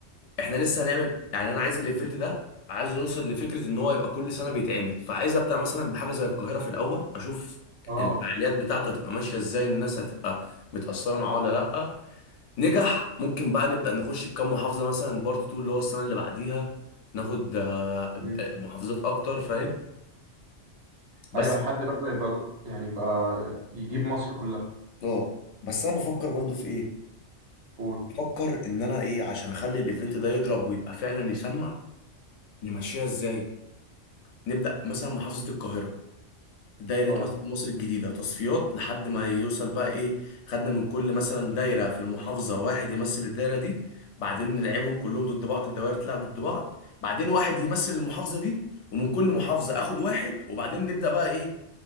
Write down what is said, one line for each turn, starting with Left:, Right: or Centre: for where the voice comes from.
Left: احنا لسه هنعمل يعني انا عايز الايفنت ده عايز يوصل لفكره ان هو يبقى كل سنه بيتعمل فعايز ابدا مثلا بحاجه زي القاهره في الاول اشوف
Right: اه
Left: الفعاليات بتاعته هتبقى ماشيه ازاي الناس هتبقى متاثره معاه ولا لا نجح ممكن بقى نبدا نخش بكام محافظه مثلا بارت 2 اللي هو السنه اللي بعديها ناخد آه،
Right: مم.
Left: محافظات اكتر فاهم بس
Right: ايوه لحد بقى يبقى يعني يبقى يجيب مصر كلها
Left: اه بس انا بفكر برضو في ايه
Right: قول
Left: بفكر ان انا ايه عشان اخلي الايفنت ده يضرب ويبقى فعلا يسمع نمشيها ازاي نبدا مثلا محافظه القاهره دايرة
Right: اه
Left: مثلا مصر الجديدة تصفيات لحد ما يوصل بقى ايه خدنا من كل مثلا دايرة في المحافظة واحد يمثل الدايرة دي بعدين نلعبهم كلهم ضد بعض الدوائر تلعب ضد بعض بعدين واحد يمثل المحافظة دي ومن كل محافظة اخد واحد وبعدين نبدأ بقى ايه